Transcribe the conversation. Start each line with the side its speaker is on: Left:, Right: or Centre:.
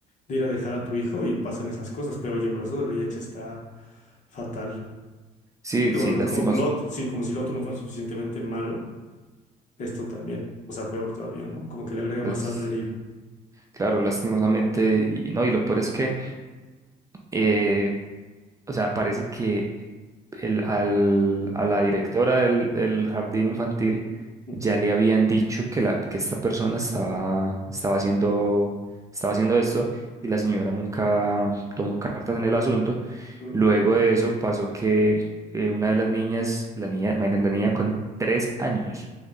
Left: de ir a dejar a tu hijo y pasan esas cosas, pero oye, por eso del VIH está fatal.
Right: sí,
Left: Digo,
Right: sí,
Left: los,
Right: lastimos,
Left: no, Lot, sí, como si lo otro no fuera suficientemente malo, esto también, o sea, peor todavía, ¿no? Como que le agrega
Right: las-
Left: más sal a la herida.
Right: claro, lastimosamente, y no, y lo peor es que, eh, o sea, parece que el- al- a la directora del, del jardín infantil
Left: Ujú.
Right: ya le habían dicho que, la, que esta persona estaba, estaba haciendo, estaba haciendo esto y la señora nunca tomó cartas en el asunto.
Left: Mm,
Right: Luego de eso pasó que eh, una de las niñas, la niña, imagínate, la niña con tres años,